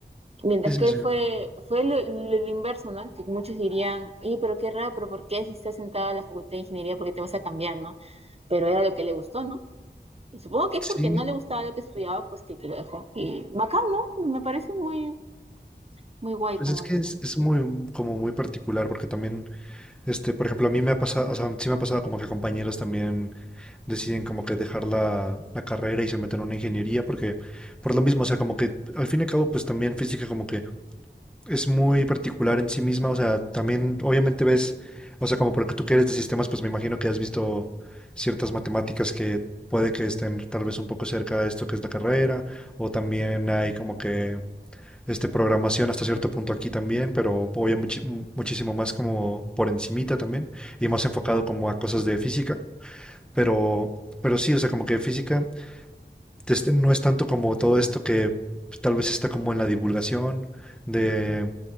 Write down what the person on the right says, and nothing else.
Mientras
que
él fue, fue lo, lo- lo inverso, ¿no? Que muchos dirían, oye, pero qué raro, pero ¿por qué si estás sentado en la facultad de ingeniería, por qué te vas a cambiar, ¿no? Pero era lo que le gustó, ¿no? Y supongo que es
porque no le gustaba lo que estudiaba, pues que, que lo dejó. Y bacán, ¿no? Me parece muy, muy guay,
como
dicen.